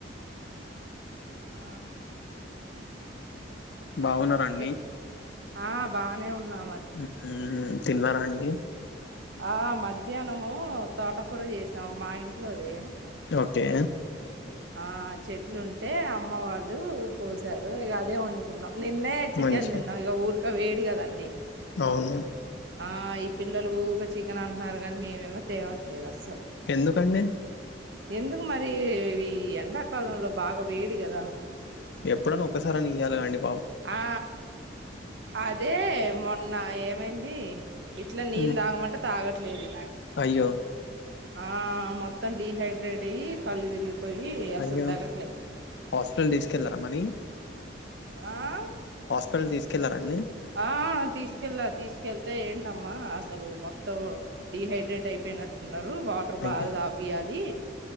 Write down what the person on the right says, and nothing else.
ఆ
ఎ- ఆ బాగానే ఉన్నా
ఆ మధ్యాహ్నము తోటకూర చేసాము మా ఇంట్లోదే
ఆ చెట్లు ఉంటే అమ్మ వాళ్ళు పోశారు ఇక అదే వండుకున్నాం నిన్నే చికెన్
తిన్నాం ఇక ఊరు ఉక్క వేడి కదండి
ఆ ఈ పిల్లలు ఒక చికెన్ అంటున్నారు కానీ మేమేమో తేవట్లేదు అస
ఎందుకు మరి ఈ ఎండాకాలంలో బాగా వేడి కదా
ఆ అదే మొన్న ఏమైంది ఇట్లా నీళ్ళు
తాగమంటే తాగట్లేదు
ఆ మొత్తం డిహైడ్రేట్ అయ్యి కళ్ళుతిరిగి పోయి అసల్
తగ్గట్లే
ఆ
ఆ తీసుకెళ్ళా తీసుకెళ్తే ఏంటమ్మా అసలు మొత్తం డిహైడ్రేట్ అయిపోయినట్లు అన్నారు వాటర్
బాగా దాపియాలి